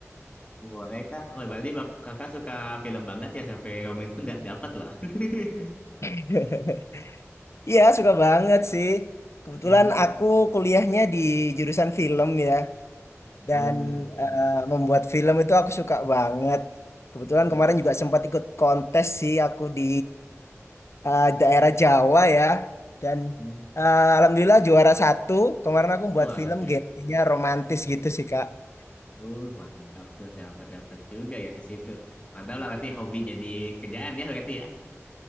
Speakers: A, on the left (about 25°); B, on the left (about 60°).
A: Boleh kak. Oh berarti bap- kakak suka film banget ya sampai romance pun da- dapat loh. <laughs>
B: <laughs> Iya, suka banget sih. Kebetulan
A: Hmm.
B: aku kuliahnya di jurusan film ya, dan
A: Oh urusan film.
B: eh, membuat film itu aku suka banget. Kebetulan
A: Uh.
B: kemarin juga sempat ikut kontes sih aku di eh, daerah Jawa ya. Dan
A: Hmm.
B: eh, alhamdulillah juara satu. Kemarin aku buat
A: Uh, alhamdulillah.
B: film genrenya romantis gitu sih Kak. <laughs>
A: Uh mantap tuh dapat dapat juga ya ke situ. Mantap lah berarti hobi jadi kerjaan ya berarti